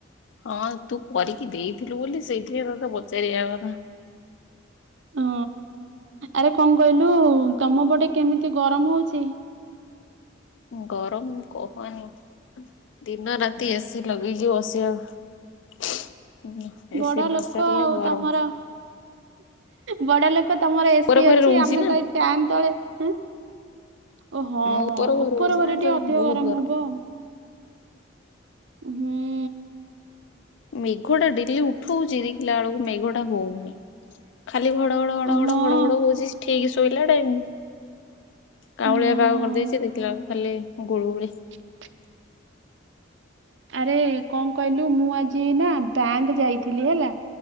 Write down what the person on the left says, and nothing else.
ହଁ ତୁ କରିକି ଦେଇଥିଲୁ ବୋଲି ସେଇଥି ପାଇଁ ତତେ ପଚାରିବା କଥା
ଗରମ କହନି। ଦିନ ରାତି ଏସିି ଲଗେଇ କି ବସିବା କଥା ହଁ ଏସି
ନଚାଲିଲେ
ଗରମ
ଉପର ଘରେ
ରହୁଛି
ନା
ମୁଁ
ରହୁଛି
ନା
ତ
ବହୁତ
ମେଘ ଟା ବି ଲି ଉଠଉଛିି ଦେଖିଲା ବେଳକୁ ମେଘଟା ହଉନି ଖାଲି ଘଡଘଡ ଘଡ଼ଘଡ
ଘଡ ଘଡ ହଉଛି। ଠିକ ଶୋଇଲା ଟାଇମ କାଉଁଳିଆ
ବାଗ କରିଦେଇଛି ଦେଖିଲା ବେଳକୁ କାଲି ଗୁଳୁ ଗୁଳି